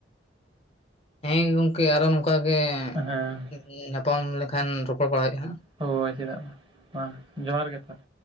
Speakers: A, on the left (about 30°); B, on the right (about 25°).
A: ᱦᱮᱸ ᱜᱚᱝᱠᱮ ᱟᱨᱚ ᱱᱚᱝᱠᱟ ᱜᱮ
B: ᱦᱮᱸ
A: <unintelligible> ᱧᱟᱯᱟᱢ ᱞᱮᱠᱷᱟᱱ ᱨᱚᱯᱚᱲ ᱵᱟᱲᱟ ᱦᱩᱭᱩ-ᱟ ᱱᱟᱦᱟᱸᱜ᱾
B: ᱦᱳᱭ ᱪᱮᱫᱟᱜ ᱢᱟ ᱢᱟ ᱡᱚᱦᱟᱨ ᱜᱮ ᱛᱟᱦᱞᱮ